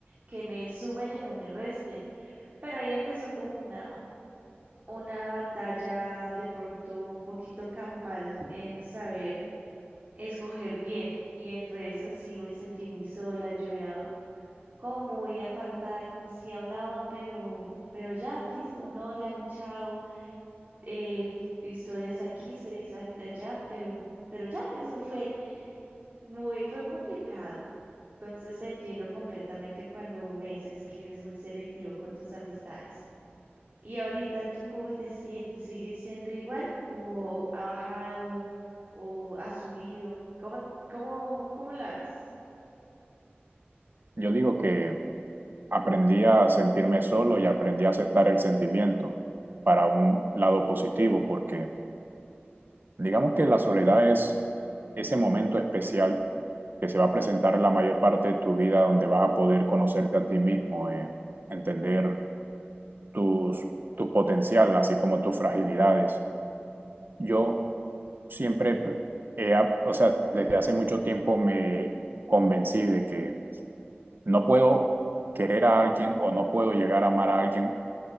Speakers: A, on the right; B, on the right.
A: que me sumen y no me resten. Pero ahí empezó como una, una batalla de pronto un poquito campal en saber escoger bien. Y entre eso sí me sentí muy sola, yo era como muy apartada, como si hablaba, pero, pero ya, listo, un hola, un chao, eh, historias aquí, historias ac- allá, pero, pero ya, eso fue muy, fue complicado. Entonces te entiendo completamente cuando me dices que eres muy selectivo con tus amistades. Y ahorita, ¿tú cómo te sientes? ¿Sigues siendo igual o ha bajado o ha subido? ¿Cómo, cómo, cómo la ves?
B: Yo digo que aprendí a sentirme solo y aprendí a aceptar el sentimiento para un lado positivo, porque digamos que la soledad es ese momento especial que se va a presentar en la mayor parte de tu vida, donde vas a poder conocerte a ti mismo, eh, entender tus, tu potencial, así como tus fragilidades. Yo siempre,
A: Sí,
B: he ap- o sea, desde hace mucho tiempo me convencí de que no puedo querer a alguien o no puedo llegar a amar a alguien